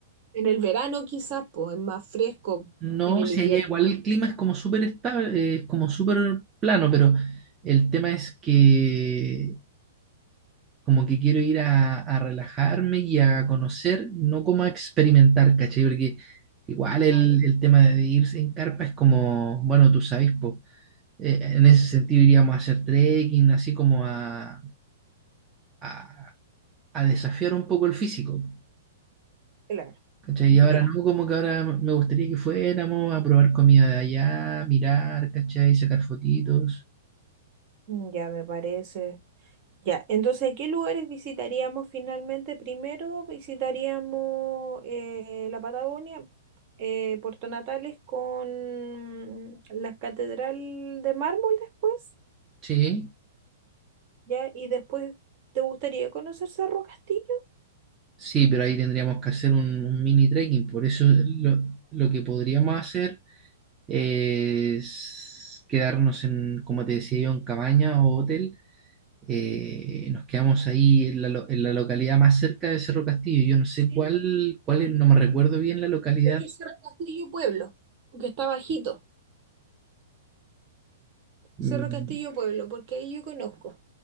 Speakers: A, on the right; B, on the right.
A: En el verano quizás, pues es más fresco,
B: No,
A: en el
B: si
A: invierno.
B: allá igual el clima es como súper estable, es como súper plano, pero el tema es que como que quiero ir a, a relajarme y a conocer, no como a experimentar, ¿cachai? Porque igual el,
A: Ah, ya,
B: el tema de irse en carpa es como, bueno, tú sabes, po, eh, en ese sentido iríamos a hacer trekking, así como a, a, a desafiar un poco el físico,
A: Claro,
B: ¿cachai?
A: ya,
B: Y ahora no, como que ahora me gustaría que fuéramos a probar comida de allá, mirar, ¿cachai? Sacar fotitos.
A: ya me parece. Ya, entonces, ¿qué lugares visitaríamos finalmente? Primero visitaríamos eh, la Patagonia, eh, Puerto Natales con la Catedral de Mármol después,
B: Sí,
A: ¿ya? Y después, ¿te gustaría conocer Cerro Castillo?
B: sí, pero ahí tendríamos que hacer un, un mini trekking. Por eso lo, lo que podríamos hacer es quedarnos en, como te decía yo, en cabaña o hotel. Eh, nos quedamos ahí en la, lo- en la localidad más cerca de Cerro Castillo. Yo no sé
A: Sí,
B: cuál, cuál
A: sí.
B: es, no me recuerdo bien la localidad.
A: Es que Cerro Castillo Pueblo, porque está bajito. Cerro
B: Mm,
A: Castillo Pueblo, porque ahí yo conozco.